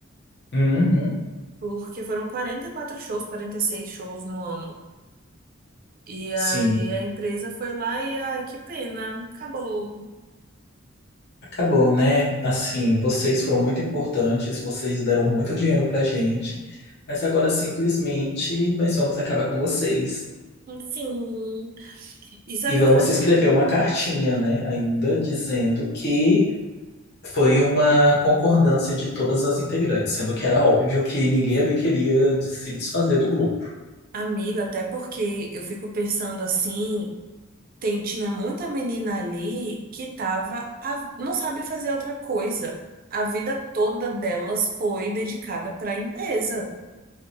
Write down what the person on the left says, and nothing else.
Uhum,
sim.
Acabou, né? Assim, vocês foram muito importantes, vocês deram muito dinheiro pra gente, mas agora simplesmente nós vamos acabar com vocês.
E vamos
escrever uma cartinha, né? Ainda dizendo que foi uma concordância de todas as integrantes, sendo que era óbvio que ninguém ali queria de- se desfazer do grupo.